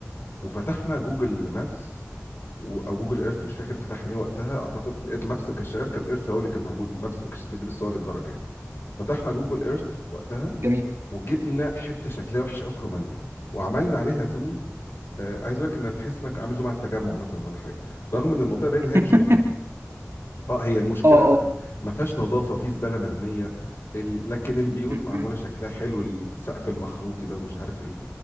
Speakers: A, on the left (about 50°); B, on the right (about 55°).
A: وفتحنا جوجل مابس و- او جوجل ايرث مش فاكر فتحنا ايه وقتها اعتقد مابس ما كانش شغال كان ايرث هو اللي كان موجود مابس ما كانش بتجيب الصور للدرجه يعني فتحنا جوجل ايرث وقتها
B: جميل
A: وجبنا حته شكلها وحش قوي في رومانيا وعملنا عليها زوم آه عايز اقول لك انك تحس انك عامل زوم على التجمع مثلا ولا حاجه رغم ان المنطقه باين
B: <laughs>
A: ان هي مش نظيفه اه هي المشكله
B: اه اه
A: ما فيهاش نظافه في زباله مرميه ال... لكن البيوت
B: م-
A: معموله
B: م.
A: شكلها حلو السقف المخروطي ده ومش عارف ايه